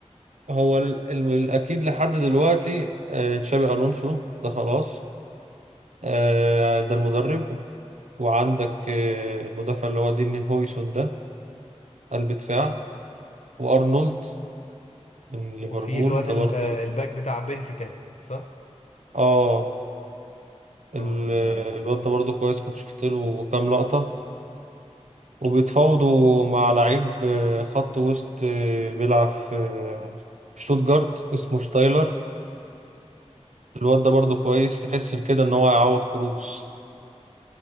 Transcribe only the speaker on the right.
هو ال- ال- الأكيد لحد دلوقتي آه، تشابي ألونسو ده خلاص آه، ده المدرب وعندك آه، المدافع اللي هو دين هويسون ده قلب دفاع وأرنولد من ليفربول
ده
برضه
اه ال-
الواد ده برضه كويس كنت شفت له كام لقطة وبيتفاوضوا مع لعيب آه، خط وسط آه، بيلعب في آه، شتوتجارت اسمه شتايلر الواد ده برضه كويس تحس كده ان هو هيعوض كروس